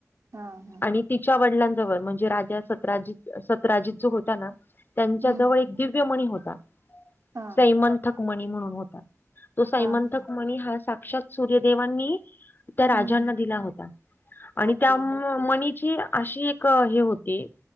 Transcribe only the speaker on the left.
आणि तिच्या वडिलांजवळ म्हणजे राजा सतराजीत सत्राजित जो होता ना त्यांच्या
जवळ एक दिव्यमणी होता
सैमंथक मणी म्हणून होता तो सैमंथक
मनी हा साक्षात सूर्यदेवांनी त्या राजांना
दिला होता आणि
त्या मणीची अशी एक हे होती